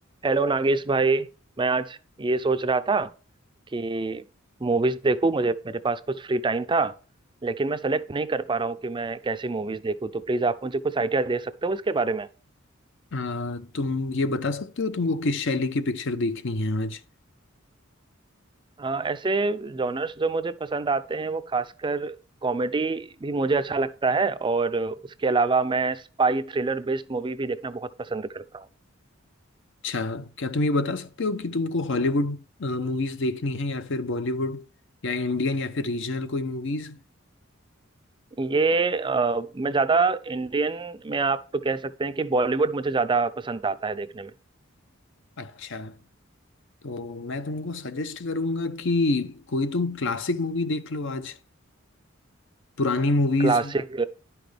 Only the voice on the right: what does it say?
Hello Nagesh भाई मैं आज ये सोच रहा था कि मूवीज देखूं मुझे मेरे पास कुछ फ्री टाइम था लेकिन मैं सेलेक्ट नहीं कर पा रहा हूँ कि मैं कैसी मूवीज देखूं तो प्लीज आप मुझे कुछ आइडिया दे सकते हो इसके बारे में
अ, ऐसे जॉनर्स जो मुझे पसंद आते हैं वो खासकर कॉमेडी भी मुझे अच्छा लगता है और उसके अलावा मैं स्पाई थ्रिलर बेस्ड मूवी भी देखना बहुत पसंद करता हूँ
ये अ, मैं ज्यादा इंडियन में आप कह सकते हैं कि बॉलीवुड मुझे ज्यादा पसंद आता है देखने में
क्लासिक